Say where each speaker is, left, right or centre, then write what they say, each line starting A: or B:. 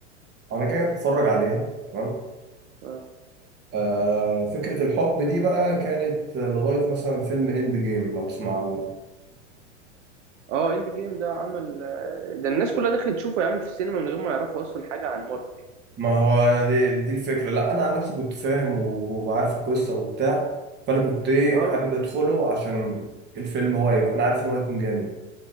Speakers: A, on the right; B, on the right.
A: أنا جاي بتفرج عليها تمام
B: اه
A: آه فكرة الحب دي بقى كانت لغاية مثلا فيلم إند جيم لو تسمع عنه
B: اه اند جيم ده عمل آه، ده الناس كلها دخلت تشوفه يا عم في السينما من غير ما يعرفوا أصلا حاجة عن مارفل يعني
A: ما هو دي, دي الفكرة لا أنا عن نفسي كنت فاهم و- وعارف القصة وبتاع فأنا كنت إيه
B: اه
A: حابب أدخله عشان الفيلم هو هيبقى أنا عارف إن هو هيكون جامد